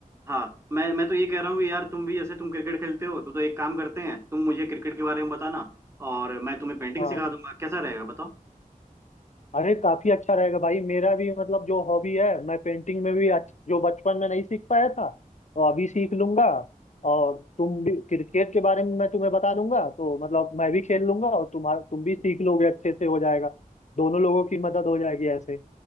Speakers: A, on the right; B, on the left.
A: हाँ मैं मैं तो ये कह रहा हूँ कि यार तुम भी जैसे तुम क्रिकेट खेलते हो तो, तो एक काम करते हैं तुम मुझे क्रिकेट के बारे में बताना और मैं तुम्हें पेंटिंग
B: हाँ
A: सिखा दूंगा कैसा रहेगा बताओ
B: अरे काफी अच्छा रहेगा भाई मेरा भी मतलब जो हॉबी है मैं पेंटिंग में भी अच्छ- जो बचपन में नहीं सीख पाया था तो अभी सीख लूंगा और तुम भी क्रिकेट के बारे में मैं तुम्हें बता दूंगा तो मतलब मैं भी खेल लूंगा और तुम्हारा तुम भी सीख लोगे अच्छे से हो जाएगा दोनों लोगों की मदद हो जाएगी ऐसे